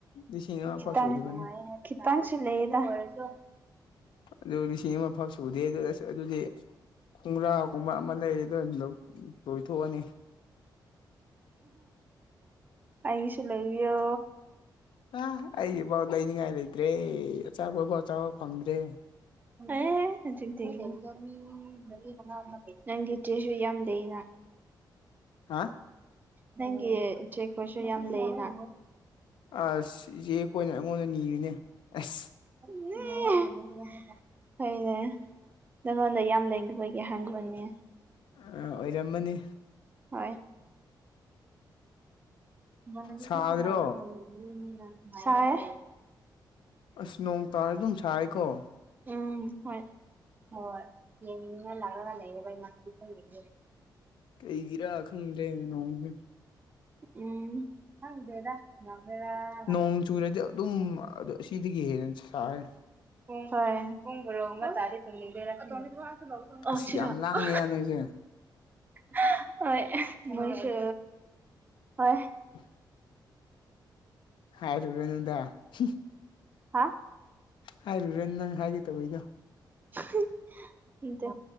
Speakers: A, on the left (about 80°); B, on the right (about 25°).
A: ꯂꯤꯁꯤꯡ ꯑꯃꯐꯥꯎ
B: ꯈꯤꯇꯪ
A: ꯁꯨꯗ꯭ꯔꯤꯕꯅꯤ꯫
B: ꯈꯤꯇꯪꯁꯨ ꯂꯩꯗ ꯑꯗꯨ ꯑꯣꯏꯔꯖꯨ
A: ꯑꯗꯨ ꯂꯤꯁꯤꯡ ꯑꯃꯐꯥꯎ ꯁꯨꯗꯦ ꯑꯗꯨꯒ ꯑꯁ ꯑꯗꯨꯗꯤ ꯈꯣꯡꯒ꯭ꯔꯥꯎꯒꯨꯝꯕ ꯑꯃ ꯂꯩꯔꯗꯨ ꯂꯧ ꯂꯣꯏꯊꯣꯛꯑꯅꯤ
B: ꯑꯩꯒꯤꯁꯨ ꯂꯩꯕꯤꯌꯣ
A: ꯄꯥ ꯑꯩꯒꯤꯐꯥꯎ ꯂꯩꯅꯤꯡꯉꯥꯏ ꯂꯩꯇ꯭ꯔꯦ ꯑꯆꯥꯄꯣꯠꯐꯥꯎ ꯆꯥꯥꯕ ꯐꯪꯗ꯭ꯔꯦ꯫
B: ꯑꯦ ꯑꯗꯨꯗꯤ ꯂꯩꯔꯤꯗꯣ ꯃꯤ ꯃꯔꯤ ꯃꯉꯥꯒꯨꯝꯕ ꯂꯩ ꯅꯪꯒꯤ ꯗ꯭ꯔꯦꯁꯨ ꯌꯥꯝ ꯂꯩꯅ
A: ꯍꯥ
B: ꯅꯪꯒꯤ ꯆꯦꯛꯄꯁꯨ ꯌꯥꯝ ꯂꯩꯅ
A: ꯑꯁ ꯏꯆꯦ ꯈꯣꯏꯅ ꯑꯩꯉꯣꯟꯗ ꯅꯤꯔꯤꯅꯦ ꯑꯁ
B: <unintelligible> ꯍꯣꯏꯅꯦ ꯅꯉꯣꯟꯗ ꯌꯥꯝ ꯂꯩꯒꯤꯕꯒꯤ ꯍꯥꯏꯕꯤꯕꯅꯦ꯫
A: ꯑ ꯑꯣꯏꯔꯝꯃꯅꯤ
B: ꯍꯣꯏ <unintelligible>
A: ꯁꯥꯗ꯭ꯔꯣ
B: ꯁꯥꯏꯌꯦ
A: ꯑꯁ ꯅꯣꯡ ꯇꯥꯔ ꯗꯨꯝ ꯁꯥꯏꯀꯣ
B: ꯎꯝ ꯍꯣꯏ ꯍꯣꯏ ꯌꯦꯡꯅꯤꯡꯉ ꯂꯥꯛꯔꯒ ꯂꯩꯌꯦꯕ ꯏꯃꯥꯟꯅꯕꯤ ꯈꯣꯏꯒꯤꯗꯤ
A: ꯀꯩꯒꯤꯔ ꯈꯪꯗꯦ ꯅꯣꯡꯖꯦ
B: ꯎꯝ ꯈꯪꯗꯦꯗ ꯂꯥꯛꯂꯔ
A: ꯅꯣꯡ ꯆꯨꯔꯗꯤ ꯑꯗꯨꯝ ꯑꯗꯣ ꯁꯤꯗꯒꯤ ꯍꯦꯟꯅ ꯁꯥꯏ꯫
B: ꯄꯨꯡ ꯍꯣꯏ ꯄꯨꯡ ꯍꯣꯏꯔꯣꯡꯗ ꯇꯥꯒꯦ ꯇꯧꯅꯤꯡꯒꯦꯔ <unintelligible> ꯑꯣ
A: ꯑꯁ
B: ꯁꯤꯔꯣ
A: ꯌꯥꯝ
B: ꯍ
A: ꯂꯥꯡꯉꯦꯗ
B: ꯍ
A: ꯅꯣꯏꯁꯦ
B: ꯍ ꯍꯣꯏ ꯃꯣꯏꯁꯨ ꯍꯣꯏ
A: <inaudible> ꯍꯥꯥꯏꯔꯨꯔꯅꯨꯗꯥ ꯍ
B: ꯍꯥ
A: ꯍꯥꯏꯔꯨꯔ ꯅꯪ ꯍꯥꯏꯒꯦ ꯇꯧꯌꯦ ꯗꯣ
B: <unintelligible> ꯍꯝ ꯏꯗꯨ